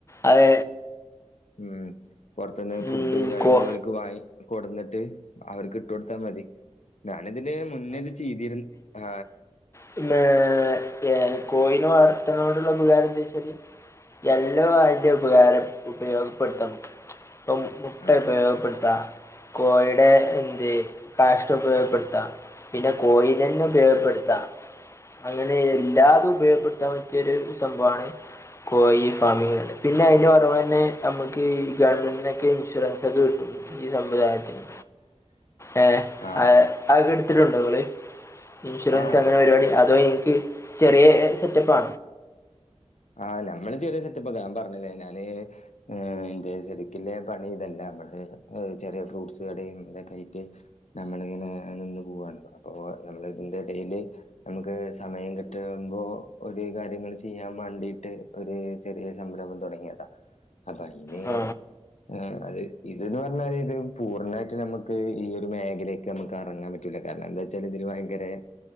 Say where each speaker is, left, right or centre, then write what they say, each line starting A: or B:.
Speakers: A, on the left; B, on the left.
A: അഎ
B: ഉം പൊറത്തുന്ന് ഫുഡ്
A: ഉം,
B: കാര്യങ്ങളൊൽക്ക്
A: കോ
B: വാങ്ങി കൊടുന്നിട്ട് അവർക്ക് ഇട്ട് കൊടുത്താ മതി ഞാൻ ഇതിന് മുന്നെത് ചെയ്തിരുന്നു ആ
A: പിന്നേ എകോയിനെ വളർത്ത്നോടുള്ള ഉപകാരം എന്താച്ചാല് എല്ലോ അയ്ന്റെ ഉപകാരം ഉപയോഗപ്പെടുത്താം മുട്ട
B: ആഹ്
A: ഉപയോഗപ്പെട്ത്താ കോയിടെ എന്ത് കാഷ്ടം ഉപയോഗപ്പെടുത്താം പിന്നെ കോയിനന്നെ ഉപയോഗപ്പെടുത്താ അങ്ങനെ എല്ലാതും ഉപയോഗപ്പെടുത്താൻ പറ്റ്യൊരു സംഭവാണ് കോയി ഫാമിങ് ണ്ട്. പിന്നെ അയ്ൻ്റെ പുറമെന്നെ നമുക്ക് ഈ ഗവൺമെൻ്റ് ന്നൊക്കെ ഇൻഷുറൻസ് ഒക്കെ കിട്ടും ഈ സമ്പ്രദായത്തിന്
B: <inaudible>
A: ഏ
B: ആഹ്
A: അഅ് അഅ്ങ്ങ ഇട്ത്ത്ട്ട്ണ്ടോ ങ്ങള്. ഇൻഷുറൻസ്
B: ആഹ്
A: അങ്ങനെ പെര് വാടി അതോ ഇൻക്ക് ചെറ്യേ ഒരു സെറ്റപ്പാ
B: ആ നമ്മള് ചെറിയ സെറ്റപ്പൊക്കെ ഞാൻ പറഞ്ഞ്ലേ ഞാന് ഏ ഇൻ്റെ സരിക്കിള്ള പണി ഇതല്ല. ബടന്ന് ചെറ്യേ ഫ്രൂട്ട്സ് കടയും തൊക്കെ ആയിട്ട് നമ്മളിങ്ങനെ അഹ് നിന്ന് പോവാണ് അപ്പോ നമ്മളിതിന്റെ എടേല്. നമുക്ക് സമയം കിട്ട്മ്പോ ഒര് കാര്യങ്ങൾ ചെയ്യാ. മാണ്ടിട്ട് ഒരു ചെറിയ സംരംഭം തൊടങ്ങിയതാ അപ്പൊ അയ്ന്.
A: ആ
B: ഏഹ് അത് ഇത്ന്ന് പർഞ്ഞാല് ഇത് പൂർണ്ണായിട്ട് നമക്ക് ഈ ഒരു മേഖല. നമ്മക്ക് എറങ്ങാൻ പറ്റൂല്ല കാരണം എന്താച്ചാൽ ഇതില് വയ്ങ്കരെ.